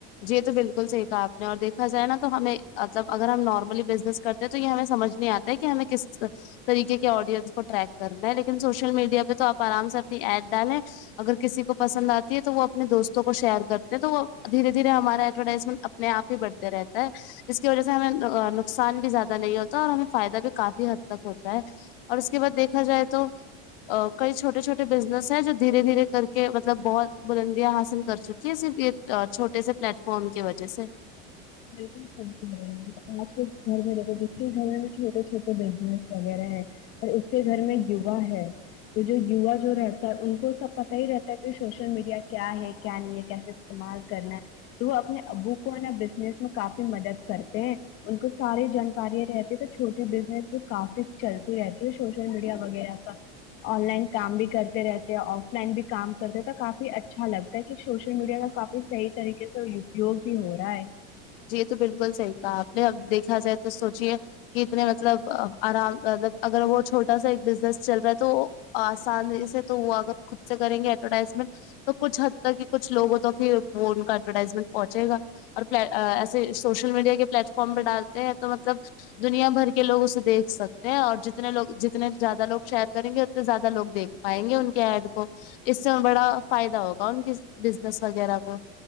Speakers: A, on the left; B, on the left.
A: جی تو بالکل صحیح کھا آپ نے اور دیکھا جائے نا تو ہمیں مطلب اگر ہم نارملی بزنس کر تو یہ ہمیں سمجھ نہیں آتا ہے کہ ہمیں کس طریقے کے آڈینس کو ٹریک کرنا ہے لیکن سوشل میڈیا پہ تو آپ آرام سے اپنی ایڈ ڈالیں اگر کسی کو پسند آتی ہے تو وہ اپنے دوستوں کو شیئر کرتے ہیں تو وہ دھیرے دھیرے ہمارا ایڈورٹائزمنٹ اپنےپہ ہی بڑھ رہتا ہے جس کی وجہ سے ہمیں نقصان بھی زیادہ نہیں ہوتا اور ہمیں فائدہ بھی کافی حد تک ہوتا ہے اور اس کے بعد دیکھا جائے تو کئی چھوٹے چھوٹے بزنس ہیں جو دھیرے دھیرے کر کے مطلب بہت بلندیاں حاصل کر چک کیا صرف یہ چھوٹے سے پلیٹ فارم کی وجہ سے
B: بالکل آج کے گھر میں دیکھو جتنے بھی گ چھوٹے چھوٹے بزنس وغیرہ ہے اور اس کے گھر میں یوا ہے تو جو یوا جو رہتا ہے ان کو سب پتا ہی رہتا ہے کہ سوشل میڈیا کیا ہے کیا نہیں ہے کیسے استعمال کرنا ہے تو وہ اپنے ابو کو ہے نا بالکل اس میں کافی مدد کرتے ہیں ان کو ساری جانکارییا رہتی تو چھوٹی ب کافی چلتی رہتی ہے سوشل میڈیا وغیرہ پر آن لائن کام بھی کرتے رہتے ہیں آف لائن بھی کام کرتے تو کافی اچھا لگتا ہے کہ سوشل میڈیا کا کافی صحیح طریقے سے اپیوگ بھی ہو رہا ہے
A: جی تو بالکل صحیح کہا آپ نے اب دیکھا جائے تو سوچیے کہ اتنے مطلب آرام مب اگر وہ چھوٹا سا ایک بزنس چل رہا ہے تو آسانی سے تو وہ اگر خود سے کریں گے ایڈورٹائزمنٹ تو کچھ حد تک کہ کچھ لوگوں تو پھر وہ ان کا ایڈورٹائزمنٹ پہنچے گا اور پ ایسے سوشل میڈیا کے پلیٹ فارم پہ ڈالتے ہیں تو مطلب دنیا بھر کے لوگ اسے دیکھ سکتے ہیں اور جتنے لوگ جتنے زیادہ لوگ شیئر کریں گے اتنے زیادہ لوگ دیکھ پائیں گے ان کے ایڈ کو اس سے بڑا فائدہ ہوگا ان کی بزنس وغیرہ کو